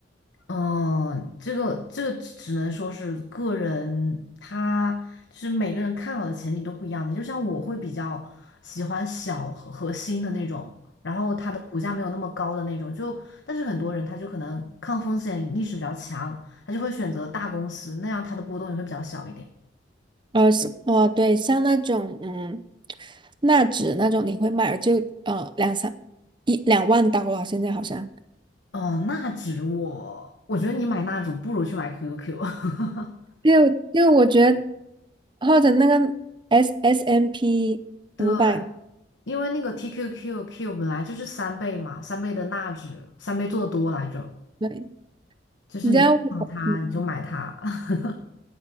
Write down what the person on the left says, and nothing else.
嗯，这个这个只只能说是个人，他就是每个人看好的前景都不一样的。就像我会比较喜欢小和核心的那种，然后它的股价没有那么高的那种。就但是很多人他就可能抗风险意识比较强，他就会选择大公司，那样它的波动也会比较小一点。
哦，纳指我我觉得你买纳指不如去买 QQQ。<laughs>
对，
因为那个 TQQQ 本来就是三倍嘛，三倍的纳指，三倍做多来着，
就是你看到它你就买它，
<laughs>